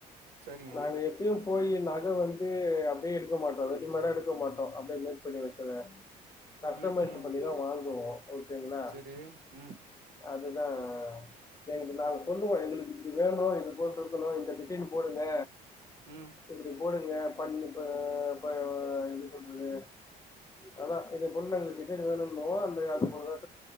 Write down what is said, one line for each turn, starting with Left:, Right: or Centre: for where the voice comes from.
Right: சரிங்க
Left: நாங்க எப்பியு போயி நக வந்து அப்படியே எடுக்க மாட்டோ ரெடி மேடா எடுக்க மாட்டோ அப்படியே மேக் பண்ணி வச்சத கஷ்டமைஸ்
Right: ம் ம்
Left: பண்ணிதான் வாங்குவோ ஓகேங்களா
Right: சரி உம்
Left: அதுதா எங்களுக்கு நாங் சொல்லுவோ எங்களுக்கு இப்டி வேணு இது போல் இருக்கணு இந்த டிசைன் போடுங்க
Right: உம்
Left: இப்டி போடுங்க பண்ணி ஆ பா எப்டி சொல்றது அதா இத பொண்ண நாங்க டிசைன் வேணுங்கு அந்த அது பொத